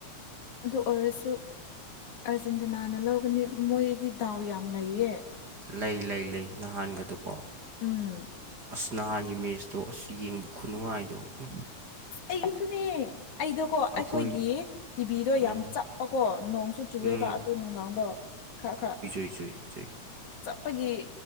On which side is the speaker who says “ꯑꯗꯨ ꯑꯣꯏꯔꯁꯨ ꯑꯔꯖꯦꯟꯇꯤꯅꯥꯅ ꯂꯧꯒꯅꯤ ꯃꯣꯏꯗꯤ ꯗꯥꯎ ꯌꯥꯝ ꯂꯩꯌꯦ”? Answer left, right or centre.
Left